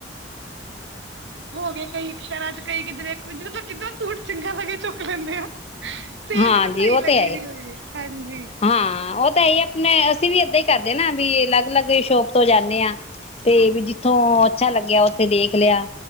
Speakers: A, on the right (about 75°); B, on the left (about 35°).
A: ਗਏ ਕਈ ਸ਼ਰਾਂ ਚ ਕਈ ਕਿਧਰੇ ਤਾਂ ਕਿੱਦਾਂ ਸੂਟ ਚਗਾ ਲਗੇ ਚੁੱਕ ਲੈਂਦੇ ਆ ਸੇਲ
B: ਹਾਂ
A: ਜਦੋਂ ਸਹੀ
B: ਜੀ ਉਹ
A: ਲੱਗੀ
B: ਤੇ ਹੈ
A: ਦੀ
B: ਏ
A: ਹੋਏ ਹਾਂਜੀ
B: ਹਾਂ ਉਹ ਤਾਂ ਇਹੀ ਆ ਆਪਣੇ ਅਸੀਂ ਵੀ ਏਦਾਂ ਹੀ ਕਰਦੇ ਨਾ ਵੀ ਅਲੱਗ ਅਲੱਗ ਸ਼ੋਪ ਤੋਂ ਜਾਂਦੇ ਹਾਂ ਤੇ
A: ਹਾਂਜੀ
B: ਵੀ ਜਿੱਥੋਂ ਅੱਛਾ ਲੱਗਿਆ ਉ ਦੇਖ ਲਿਆ